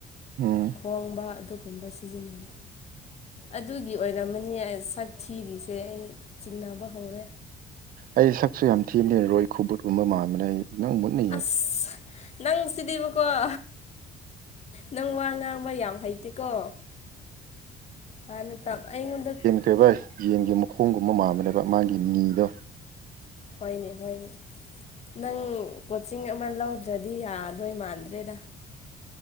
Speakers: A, on the right; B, on the left.
A: ꯎꯝ
B: ꯈꯣꯡꯕ ꯑꯗꯨ ꯒꯨꯝꯕ ꯁꯤꯖꯤꯟꯅꯩ ꯑꯗꯨꯒꯤ ꯑꯣꯏꯔꯝꯃꯅꯤ ꯑꯩ ꯁꯛ ꯊꯤꯔꯤꯁꯤ ꯗꯦ ꯑꯩ ꯆꯤꯡꯅꯕ ꯍꯧꯔꯦ
A: ꯑꯩ ꯁꯛꯁꯨ ꯌꯥꯝ ꯊꯤꯕꯅꯦ ꯔꯣꯏ ꯈꯨꯕꯨꯠꯀꯨꯝꯕ ꯃꯥꯟꯕꯅꯦ ꯑꯩ ꯅꯪꯕꯨꯅꯦ
B: ꯑꯁ ꯅꯪ ꯁꯤꯗꯤꯕꯀꯣ <unintelligible> ꯅꯪ ꯋꯥ ꯉꯥꯡꯕ ꯌꯥꯝ ꯍꯩꯇꯦꯀꯣ ꯍꯥꯟꯅ ꯇꯝ ꯑꯩꯉꯣꯟꯗ
A: ꯀꯦ ꯚꯥꯏ ꯌꯦꯟꯒꯤ ꯃꯈꯣꯡꯒꯨꯝꯕ ꯃꯥꯥꯟꯕꯅꯦꯕ ꯃꯥꯒꯤ ꯅꯤꯗꯣ
B: ꯍꯣꯏꯅꯦ ꯍꯣꯏꯅꯦ ꯅꯪ ꯀꯣꯆꯤꯡ ꯑꯃ ꯂꯧꯗ꯭ꯔꯗꯤ ꯌꯥꯗꯣꯏ ꯃꯥꯟꯗ꯭ꯔꯦꯗ